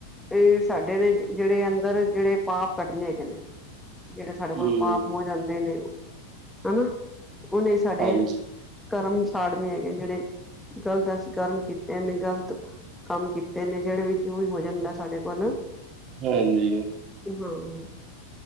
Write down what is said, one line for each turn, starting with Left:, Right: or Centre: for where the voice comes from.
Centre: ਇਹ ਸਾਡੇ ਨੇ ਜਿਹੜੇ ਅੰਦਰ ਜਿਹੜੇ ਪਾਪ ਕੱਟਣੇ ਹੈਗੇ ਨੇ। ਜਿਹੜੇ ਸਾਡੇ ਕੋਲ
Right: ਹੂੰ,
Centre: ਪਾਪ ਹੋ ਜਾਂਦੇ ਨੇ ਹਨਾ ਉਹਨੇ ਸਾਡੇ
Right: ਹਾਂਜੀ,
Centre: ਕਰਮ ਸਾੜਨੇ ਹੈਗੇ ਜਿਹੜੇ ਗੱਲ ਦੱਸ ਗਰਮ ਕੀਤੇ ਨੀ ਗ਼ਲਤ। ਕੰਮ ਕੀਤੇ ਨੇ ਜਿਹੜੇ ਵੀ ਜੋ ਵੀ ਹੋ ਜਾਂਦਾ ਸਾਡੇ ਕੋਲ।
Right: ਹਾਂਜੀ।
Centre: ਹਾਂ।